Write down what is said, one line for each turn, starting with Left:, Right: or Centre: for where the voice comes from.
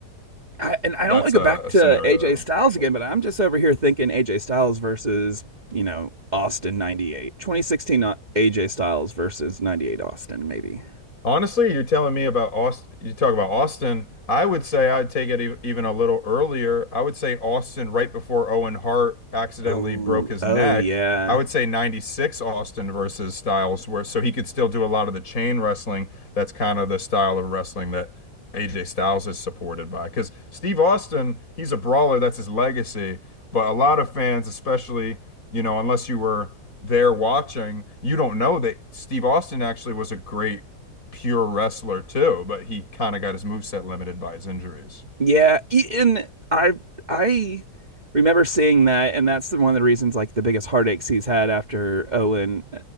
Right: I, and I
Left: That's
Right: don't want to
Left: a,
Right: go back
Left: a
Right: to
Left: scenario
Right: AJ
Left: that would
Right: Styles
Left: be cool.
Right: again, but I'm just over here thinking AJ Styles versus, you know, Austin 98. 2016 AJ Styles versus 98 Austin maybe.
Left: Honestly, you're telling me about Austin. You talk about Austin. I would say I'd take it e- even a little earlier. I would say Austin right before Owen Hart accidentally
Right: Oh,
Left: broke his
Right: oh
Left: neck.
Right: yeah.
Left: I would say 96 Austin versus Styles, where so he could still do a lot of the chain wrestling. That's kind of the style of wrestling that AJ Styles is supported by. Because Steve Austin, he's a brawler, that's his legacy. But a lot of fans, especially, you know, unless you were there watching, you don't know that Steve Austin actually was a great pure wrestler too, but he kind of got his moveset limited by his injuries.
Right: Yeah, e- and I I remember seeing that, and that's the- one of the reasons, like the biggest heartaches he's had after Owen's